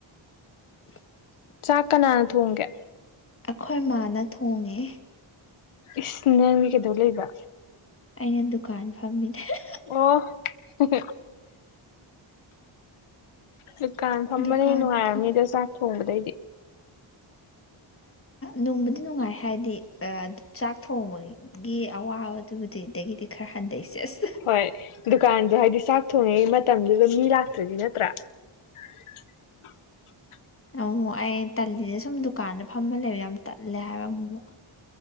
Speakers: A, on the left (about 25°); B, on the left (about 80°).
A: <inaudible>
B: ꯆꯥꯛ ꯀꯅꯥꯅ ꯊꯣꯡꯒꯦ
A: ꯑꯩꯈꯣꯏ ꯃꯥꯅ ꯊꯣꯡꯉꯦ
B: ꯏꯁ ꯅꯪꯗꯤ ꯀꯩꯗꯧ ꯂꯩꯕ
A: ꯑꯩꯅ ꯗꯨꯀꯥꯟ ꯐꯝꯃꯤ <unintelligible>
B: ꯑꯣ <unintelligible> ꯗꯨꯀꯥꯟ ꯐꯝꯕꯅ
A: ꯗꯨꯀꯥꯟ
B: ꯍꯦꯟ ꯅꯨꯡꯉꯥꯏꯔꯝꯅꯤꯗ
A: ꯐꯝ
B: ꯆꯥꯛ ꯊꯣꯡꯕꯗꯩꯗꯤ
A: ꯅꯨꯡꯕꯨꯗꯤ ꯅꯨꯡꯉꯥꯏ ꯍꯥꯏꯗꯤ ꯑ ꯆꯥꯛ ꯊꯣꯡꯕꯒꯤ ꯑꯋꯥꯕꯗꯨꯕꯨꯗꯤꯗꯒꯤꯗꯤ ꯈꯔ ꯍꯟꯊꯩ ꯁꯦꯁ
B: ꯍꯣꯏ ꯗꯨꯀꯥꯟꯗꯣ ꯍꯥꯏꯗꯤ ꯆꯥꯛ ꯊꯣꯡꯉꯤꯉꯩ ꯃꯇꯝꯗꯨꯗ ꯃꯤ ꯂꯥꯛꯇ꯭ꯔꯗꯤ ꯅꯠꯇ꯭ꯔꯥ <inaudible>
A: ꯑꯃꯨꯃꯨꯛ ꯑꯩ ꯇꯜꯂꯤꯁꯦ ꯁꯨꯝ ꯗꯨꯀꯥꯟꯗ ꯐꯝꯕ ꯂꯩꯕ ꯌꯥꯝ ꯇꯜꯂꯦ ꯍꯥꯏꯕ ꯑꯃꯨꯛ ꯑꯃꯨꯛ